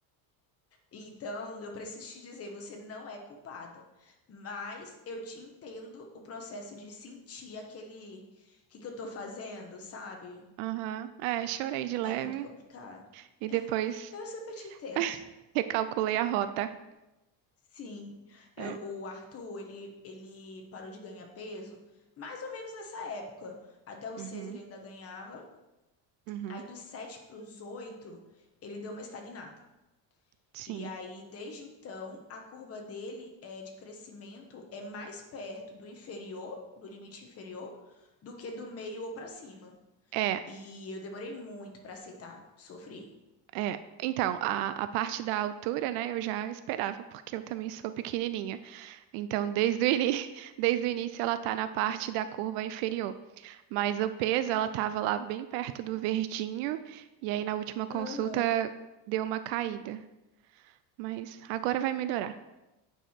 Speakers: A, on the left (about 30°); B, on the right (about 80°).
A: Então, eu preciso te dizer, você não é culpada, mas eu te entendo o processo de sentir aquele, o que que eu tô fazendo, sabe?
B: Aham, É, chorei de leve
A: É muito complicado.
B: e depois
A: Eu super te entendo.
B: <laughs> recalculei a rota.
A: Sim,
B: É.
A: eu- o Arthur, ele, ele parou de ganhar peso mais ou menos nessa época. Até os
B: Uhum,
A: seis ele ainda ganhava,
B: uhum,
A: aí dos sete para os oito ele deu uma estagnada.
B: sim.
A: E aí, desde então, a curva dele é de crescimento é mais perto do inferior, do limite inferior, do que do meio ou para cima.
B: É,
A: E eu demorei muito para aceitar, sofri.
B: é. Então, a, a parte da altura, né, eu já esperava, porque eu também sou pequenininha. Então, desde o ini- <laughs> desde o início ela tá na parte da curva inferior, mas o peso ela tava lá bem perto do verdinho e aí na última consulta
A: Aham.
B: deu uma caída, mas agora vai melhorar.